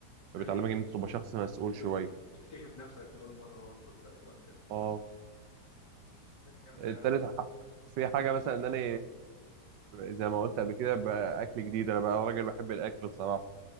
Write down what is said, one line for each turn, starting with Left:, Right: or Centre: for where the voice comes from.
Right: فبتعلمك
Left: ايوه
Right: ان انت تبقى شخص مسؤول
Left: شوف
Right: شوية
Left: تكتشف نفسك لاول مره برضه لو لو انت
Right: اه
Left: حاجات جامده
Right: التالت حق في حاجة مثلا ان انا زي ما قلت قبل كده بقى اكل جديد انا بقى راجل بحب الاكل بصراحة